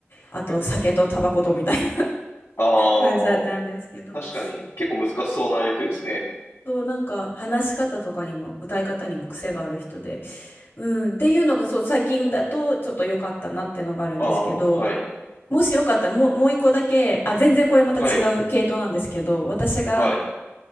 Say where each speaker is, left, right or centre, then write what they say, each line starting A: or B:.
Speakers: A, on the left (about 60°); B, on the left (about 75°).
A: あと酒とタバコとみたいな。
B: えー、ああ、
A: 感じだったんですけど、
B: 確かに結構難しそうな役ですね。
A: そう、なんか話し方とかにも歌い方にも癖がある人で、うん、っていうのがそう、最近だとちょっと良かったなっていうのがあるんですけど、
B: ああ、はい。
A: もしよかったらもう、もう一個だけ、あ、全然これまた違う系統なんですけど、
B: はい。
A: 私が、
B: はい。